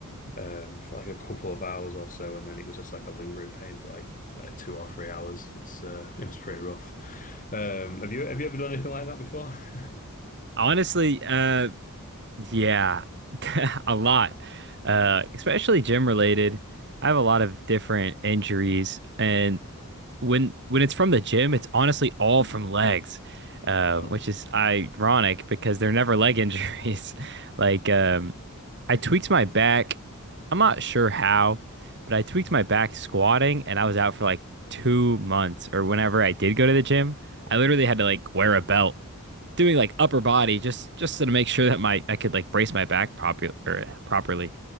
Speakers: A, on the left; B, on the right.
A: um, for like a couple of hours or so, and then it was just like a lingering pain for like uh, two or three hours. It's uh, <laughs> it was pretty rough. Um, have you have you ever done anything like that before? <laughs>
B: Honestly, uh Yeah, <laughs> a lot. Uh, especially gym related. I have a lot of different injuries, and when when it's from the gym, it's honestly all from legs, um,
A: Oh,
B: which is ironic because they're never leg injuries. <laughs> Like um, I tweaked my back. I'm not sure how, but I tweaked my back squatting, and I was out for like two months. Or whenever I did
A: wow.
B: go to the gym, I literally had to like wear a belt, doing like upper body just just to make sure that my I could like brace my back proper or properly.